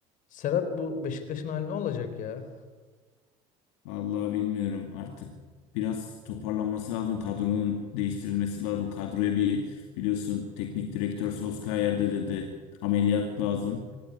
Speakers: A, on the left (about 60°); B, on the left (about 75°).
A: Serhat bu Beşiktaş'ın hali ne olacak ya?
B: Vallahi bilmiyorum artık. Biraz toparlanması lazım. Kadronun değiştirilmesi lazım. Kadroya bir biliyorsun teknik direktör Solskjaer'de de dedi ameliyat lazım.